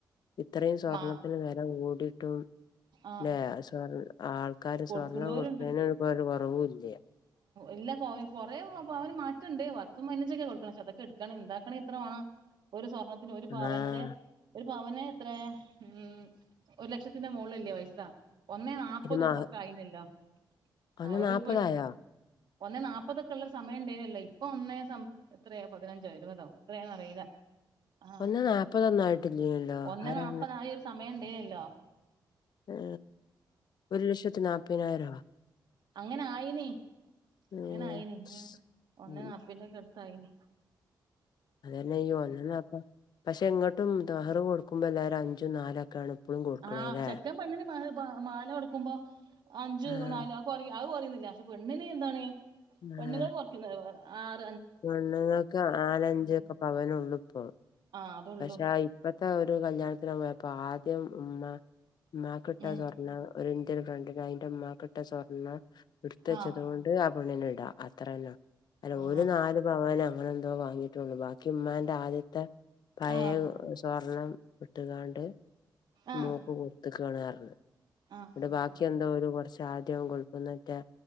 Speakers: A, on the left (about 60°); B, on the right (about 65°).
A: ഇത്രയും സ്വർണത്തിന്
B: മാ
A: വെല കൂടിയിട്ടും
B: ആ
A: അല്ലേ സ്വർ ആൾക്കാര്
B: കൊടുക്കുന്നവരുണ്ട്
A: സ്വർണം കൊടുക്കണേനൊരിപ്പോ ഒരു കുറവുല്ല്യ
B: ഇല്ല കുറേ പവന് മാറ്റൊണ്ട് പത്തും പതിനഞ്ചൊക്കെയാ കൊടുക്കണേ പക്ഷേ അതൊക്കെയെടുക്കാ നൊണ്ടാക്കണേൽ എത്ര മാണം ഒരു സ്വർണത്തിന് ഒരു പവന്റെ
A: ആഹ്
B: ഒരു പവന് എത്രയാ ഉം ഒരുലക്ഷത്തി ന്റെ മൊളിലല്ലേ പൈസ ഒന്നേനാല്പ്പതും
A: പിന്നെ മഹ
B: ഒക്കെ ആയിനല്ലോ
A: ഒന്ന്
B: ആ ഒരുപ്പ
A: നാപ്പതായോ?
B: ഉണ്ട് ഒന്നേനാപ്പതൊക്കെ ഉള്ളൊരു സമയം ഉണ്ടേനല്ലോ ഇപ് ഇപ്പൊ ഒന്നേ സം എത്രയാ പതിനഞ്ചോ ഇരുപതോ എത്രയാന്നറിയില്ല ആ
A: ഒന്ന് നാപ്പതൊന്നും ആയിട്ടില്ലേല്ലോ
B: ഒന്നേനാല്പ്പതായി
A: ആരാ
B: ഒരു സമയം ന്ടീനല്ലോ
A: ആ ഒരു ലക്ഷത്തി നാല്പ്പതിനായിരവാ
B: അങ്ങനെ ആയിനി
A: ഉം
B: അങ്ങനെ ആയിന് ആ ഒന്നേ നാപ്പേന്റെ ഒക്കെ അടുത്തായിന്
A: അത് തന്നെ ഈ ഒന്നുനാപ്പത് പക്ഷെ ഇങ്ങോട്ടും
B: ആ
A: ദഹർ കൊടുക്ക ക്കുമ്പോ എല്ലാരും അഞ്ചും നാലൊക്കെയാണ് ഇപ്പഴും കൊടുക്കണല്ലേ
B: ആ ചെക്കൻ പെണ്ണിന് മെഹ മാലകൊടുക്കുമ്പോ അഞ്ച്
A: ആഹ്
B: നാല് അതുകൊറയും അത് കൊറയൊന്നൂല്ല പക്ഷെ പെണ്ണിന് എന്താണ്
A: ആഹ്
B: പെണ്ണുങ്ങൾ കൊറയ്ക്കുന്നല്ലേ പറയണേ ആ
A: പെണ്ണുങ്ങൾക്ക് നാലഞ്ചൊക്കെ
B: ഉം
A: പവനെ ഉള്ളുപ്പോ
B: ആഹ് അതൊള്ളൂ
A: പക്ഷെ ഇപ്പത്തെ ഒരു കല്യാണത്തിന് പോയപ്പോ ആ സത്യം ഉമ്മാ ഉമ്മ കിട്ട
B: ഉം
A: സ്വർണം ഒരു ഇന്ത്യൻ ഫ്രണ്ടിന് അയിന്റെ ഉമ്മക്കിട്ട സ്വർണം എടുത്ത് വെച്ചതുകൊണ്ട്
B: ആഹ്
A: ആ പെണ്ണിനെ ഇടാ അത്രല്ലോ അല്ല
B: ആഹ്
A: ഒരു നാല് പവനാ അങ്ങനെന്തോ വാങ്ങിട്ടുള്ളു ബാക്കി ഉമ്മാന്റെ ആദ്യത്തെ പഴേ
B: ആഹ്
A: സ്വർണ ഇട്ടുയാണ്ട്
B: ആഹ്
A: മോൾക്ക് കൊടുത്തേക്കുവണു പറഞ്ഞു
B: ആഹ്
A: ഇവിടെ ബാക്കി എന്തോ ഒരു കുറച്ച് ആദ്യം കൊടുക്കുന്നാറ്റാൻ